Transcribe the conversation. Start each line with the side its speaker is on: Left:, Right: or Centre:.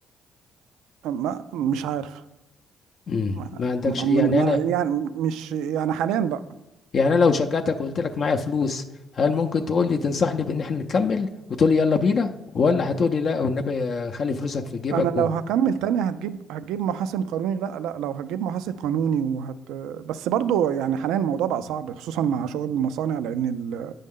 Right: ما مش عارف
Left: مم.
Right: ما...
Left: ما عندكش
Right: ما...
Left: يعني
Right: ما...
Left: انا
Right: يعني مش يعني حاليا لا
Left: يعني انا لو شجعتك وقلت لك معايا فلوس هل ممكن تقول لي تنصحني بان احنا نكمل وتقول لي يلا بينا ولا هتقول لي لا والنبي خلي فلوسك في جيبك
Right: انا لو
Left: و...
Right: هكمل تاني هتجيب هتجيب محاسب قانوني لا لا لو هتجيب محاسب قانوني وهت بس برضو يعني حاليا الموضوع بقى صعب خصوصا مع شغل المصانع لان ال...